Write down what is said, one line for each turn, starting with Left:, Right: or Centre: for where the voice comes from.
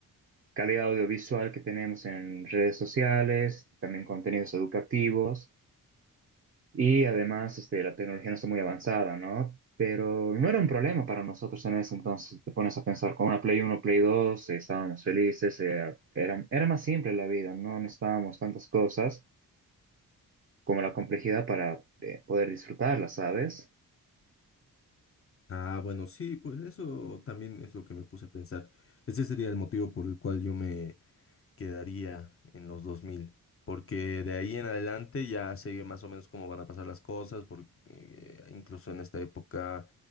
Right: calidad audiovisual que tenemos en redes sociales, también contenidos educativos. Y además, este, la tecnología no está muy avanzada, ¿no? Pero no era un problema para nosotros en ese entonces. Te pones a pensar, con una Play uno Play 2 eh, estábamos felices, eh, era, era más simple la vida, no necesitábamos tantas cosas como la complejidad para eh, poder disfrutarla, ¿sabes?
Left: Ah, bueno, sí, pues eso también es lo que me puse a pensar. Ese sería el motivo por el cual yo me quedaría en los 2000, porque de ahí en adelante ya sé más o menos cómo van a pasar las cosas, porque eh, incluso en esta época